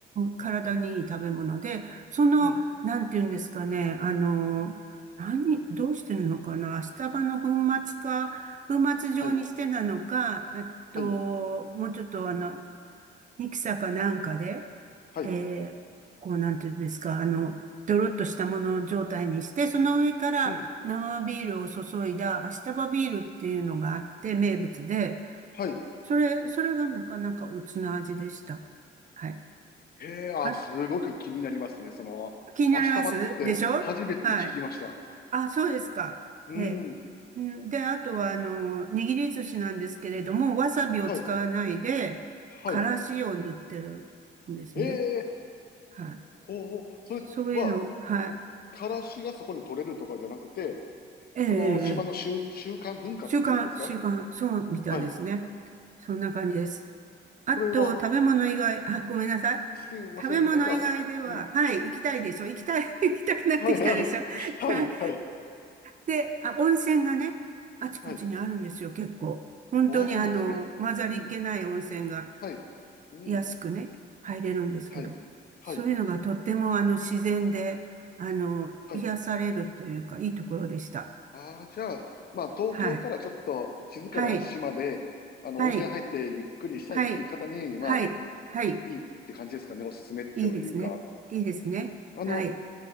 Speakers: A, on the right; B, on the left.
A: 体にいい食べ物で、その、
B: うん。
A: なんていうんですかね、あの、何、どうしてるのかな、明日葉の粉末か、粉末状にしてなのか、
B: はい。
A: あと、
B: はい。
A: もうちょっとあの、ミキサーかなんかで、
B: はい。
A: えーこうなんていうんですか、あの、ドロッとしたもの状態にして、その上から生ビールを注いだアシタバビールっていうのがあって名物で、
B: うん。はい。
A: それ、それがなかなかおつな味でした。はい。
B: へえ、あ、
A: あ、
B: すごく気になりますね。その、
A: 気になりますでしょはい。
B: 足日ばって初めて聞きました。
A: あ、そうですか。
B: うん。
A: ええ。んで、あとは、あの、握り寿司なんですけれども、わさびを使わないで、
B: はい。はい。
A: からしを塗ってるんですね。
B: ええ、
A: はい
B: ほうほう。それは、
A: そういうの、はい。
B: からしがそこで取れるとかじゃなくて、
A: ええ、ええ、
B: その島の習、
A: ええ
B: 習慣文化っていうんですか
A: 習慣、習慣、そうみたいですね。
B: はい。
A: そんな感じです。あと、
B: それは、
A: 食べ物以外、あ、ごめんなさい。
B: すいません。
A: 食べ物以外では、
B: なんか、うん。
A: はい、行きたいでしょ。行きたい、<laughs> 行きたくなってきたでしょ。
B: はいはい。はいはい。
A: はい。で、あ、温泉がね、あちこちにあるんですよ、
B: はい。
A: 結構。本当にあの、
B: ああ、そうなんですね。
A: 混ざりっけない温泉が
B: うん、はい、うん、
A: 安くね、入れるんですけど、
B: はい、はい、
A: そういうのがとってもあの、自然で、あの、
B: はい。
A: 癒されるというか、いいところでした。
B: ああ、じゃあ、まあ、東京からちょっと静かな島で、
A: はい。はい、
B: あの、
A: はい、
B: 温泉入ってゆっくりしたいっていう方に、
A: はい、
B: まあ、
A: はい、はい、
B: いいって感じですかね、おすすめっていうか。
A: いいですね。いいですね。
B: うんあの、
A: はい、